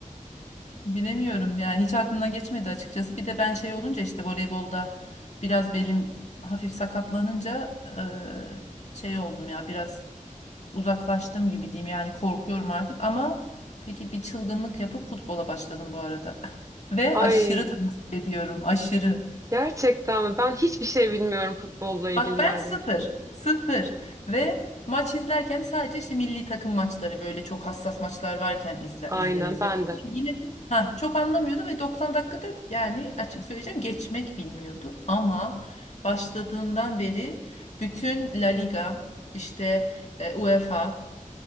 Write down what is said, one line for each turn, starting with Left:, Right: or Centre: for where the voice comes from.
Left: <laughs> Bilemiyorum yani hiç aklımdan geçmedi açıkçası. Bir de ben şey olunca işte voleybolda biraz belim hafif sakatlanınca eee, şey oldum ya biraz uzaklaştım gibi diyeyim yani korkuyorum artık ama peki bir çılgınlık yapıp futbola başladım bu arada. <laughs> Ve aşırı
Right: Ay
Left: tavsiye ediyorum aşırı.
Right: gerçekten mi? Ben hiçbir şey bilmiyorum futbolla ilgili
Left: Bak ben
Right: neredeyse.
Left: sıfır. Sıfır. Ve maç izlerken sadece işte milli takım maçları böyle çok hassas maçlar varken izle,
Right: Aynen
Left: izlemeyi seviyorum.
Right: ben de.
Left: Yine de ha, çok anlamıyordum ve 90 dakikada yani açık söyleyeceğim geçmek bilmiyordu. Ama başladığından beri bütün La Liga işte e, UEFA